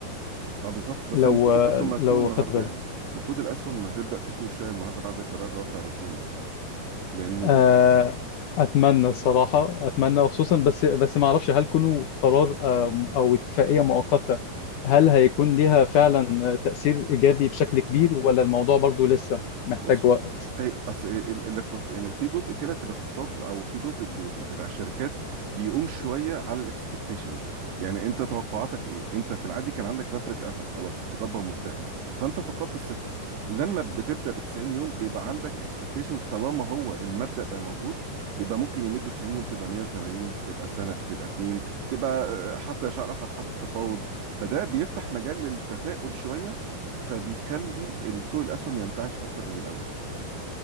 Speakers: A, on the right; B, on the left.
A: اه بالظبط بس
B: لو
A: المفروض
B: آه،
A: الاسهم هتفوق
B: لو
A: النهارده
B: خدت بالك
A: يعني المفروض الاسهم هتبدا تفوق شويه النهارده بعد قرار رفع الرسوم ده لان
B: آه،
A: ال...
B: اتمنى الصراحه اتمنى وخصوصا بس بس ما اعرفش هل كونه قرار آم، او اتفاقيه مؤقته هل هيكون ليها فعلا تاثير ايجابي بشكل كبير ولا الموضوع برضو لسه محتاج
A: بص
B: وقت
A: اي اصل ال- الاقتص... يعني في جزء كده في الاقتصاد او في جزء ب... بتاع الشركات بيقوم شويه على الاكسبكتيشنز يعني انت توقعاتك ايه انت في العادي كان عندك باب بيتقفل خلاص بضبه ومفتاح فانت فقدت الثقه لما بتبدا ب 90 يوم بيبقى عندك اكسبكتيشنز طالما هو المبدا بقى موجود يبقى ممكن يمدوا 90 يوم تبقى 180 تبقى سنه تبقى اتنين تبقى آه، حتى شهر اخر حتى التفاوض فده بيفتح مجال للتفاؤل شويه فبيخلي سوق الاسهم ينتعش اكتر من الاول